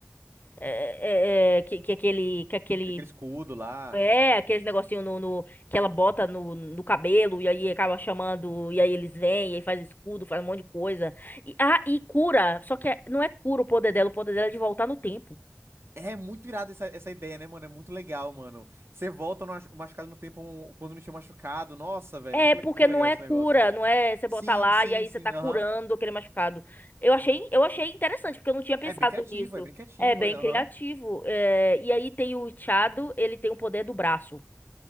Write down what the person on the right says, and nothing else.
E Aquele escudo lá.
É muito irado essa, essa ideia, né, mano? É muito legal, mano. Você volta no ach- machucado no tempo um- quando não tinha machucado. Nossa, velho,
muito,
le- muito legal
esse
negócio.
Sim,
sim,
sim,
aham.
É bem criativo,
é bem criativo,
é, aham.